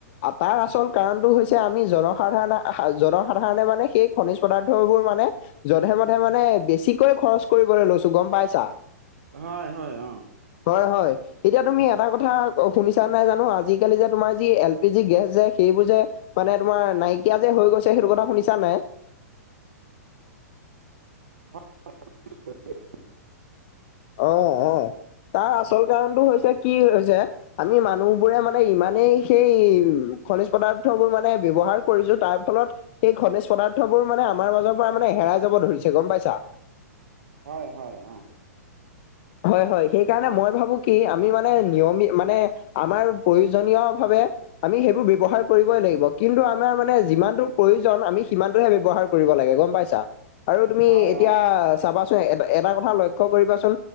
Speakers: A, on the left; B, on the right.
A: তাৰ আচল কাৰণতটো হৈছে আমি জনসাধাৰণ-জনসাধাৰণে মানে সেই খনিজ পদাৰ্থবোৰ মানে যধে-মধে মানে বেছিকৈ খৰচ কৰিবলৈ লৈছো গম পাইছা।
B: হয় হয় অ।
A: হয় হয় তেতিয়া তুমি এটা কথা শুনিছা নাই জানো আজিকালি যে তোমাৰ যি এল পি জি গেছ যে সেইবোৰ যে মানে তোমাৰ নাইকিয়া যে হৈ গৈছে, সেইটো কথা শুনিছা নাই?
B: <unintelligible>
A: অ অ। তাৰ আচল কাৰণটো হৈছে কি হৈছে আমি মানুহবোৰে মানে ইমানেই সেই খনিজ পদাৰ্থবোৰ মানে ব্যৱহাৰ কৰিছো তাৰ ফলত সেই খনিজ পদাৰ্থবোৰ মানে আমাৰ মাজৰ পৰা মানে হেৰাই যাব ধৰিছে গম পাইছা?
B: হয় হয় অ।
A: হয় হয় সেইকাৰণে মই ভাবো কি আমি মানে নিয়মি মানে আমাৰ প্ৰয়োজনীয় ভাৱে। আমি সেইবোৰ ব্যৱহাৰ কৰিবই লাগিব কিন্তু আমাৰ মানে যিমানটো প্ৰয়োজন আমি সিমানটোহে ব্যৱহাৰ কৰ কৰিব লাগে গম পাইছা আৰু তুমি
B: হয়
A: এতিয়া
B: অ'
A: চাবাচোন এ এটা কথা লক্ষ্য কৰিবাচোন।